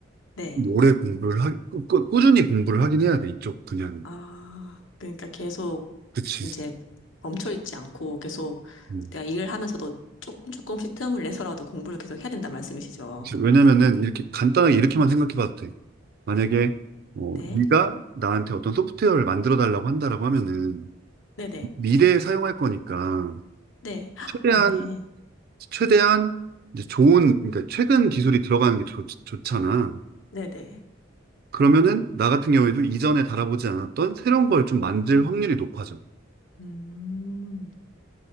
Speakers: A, on the left; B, on the right.
A: 네.
B: 오래 공부를 하, 꾸, 꾸- 꾸준히 공부를 하긴 해야 돼, 이쪽 그냥.
A: 아, 그러니까 계속
B: 그치.
A: 이제 멈춰있지 않고 계속
B: 음.
A: 내가 일을 하면서도 조금 조금씩 틈을 내서라도 공부를 계속 해야 된다 말씀이시죠?
B: 이제 왜냐면은 이렇게 간단하게 이렇게만 생각해 봐도 돼. 만약에 어,
A: 네.
B: 네가 나한테 어떤 소프트웨어를 만들어 달라고 한다라고 하면은
A: 네네.
B: 미래에 사용할 거니까
A: 네. 헉,
B: 최대한
A: 맞네.
B: 최대한 이제 좋은 그러니까 최근 기술이 들어가는 게 좋, 좋잖아.
A: 네네.
B: 그러면은 나 같은 경우에도 이전에 달아보지 않았던 새로운 걸 좀 만들 확률이 높아져.
A: 음,